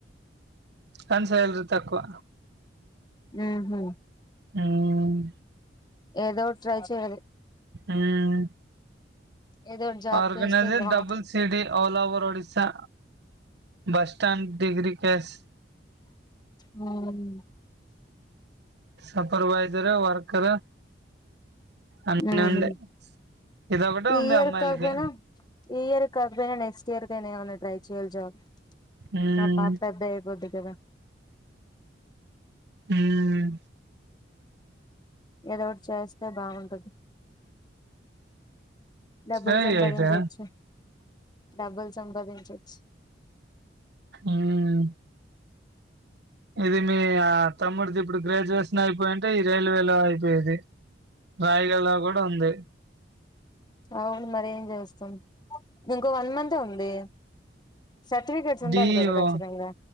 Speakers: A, on the right; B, on the left.
A: కాన్ స్యాల్రి తక్కువ.
B: బహు.
A: ఊమ్.
B: ఏదో ట్రై చెయ్యాలి.
A: ఊమ్.
B: ఏదో ఒకటి జాబ్
A: ఆర్గనైజర్
B: చేస్తే బాగుంటది
A: డబుల్ CD all over Odisha. Bus stand degree case
B: మ్
A: సూపర్వైజరు వర్కరు. అన్నీ
B: మ్మ్
A: ఉండయ్
B: హ్మ్
A: ఇదొగటే
B: ఈ
A: ఉంది
B: ఇయర్
A: అమ్మాయ్లికి
B: కాకపోయినా ఈ ఇయర్ కాకపొయ్నా నెక్స్టియర్కైన ఏమన్న ట్రై చెయ్యాల్ జాబ్
A: ఉమ్
B: మా పాప్ పెద్దైపోద్ది కదా.
A: ఊమ్.
B: ఏదో ఓట్ చేస్తే బాగుంటది. డబ్బుల్
A: చేయి
B: సంపాదించచ్చు.
A: అయితే
B: డబ్బుల్ సంపాదించచ్చ్
A: ఊమ్. ఇది మీ ఆ తమ్ముడ్దిప్పుడు గ్రేజ్యువేషనైపోయింటె ఇద్ జైల్వేలో అయిపోయేది రాయిగల్లా కూడా ఉంది.
B: అవును మరి ఏం చేస్తాం ఇంకో వన్ మంత్ ఉంది. సర్టిఫికేట్స్ ఉండాలి
A: డీయిఓ
B: కదా ఖచ్చితంగా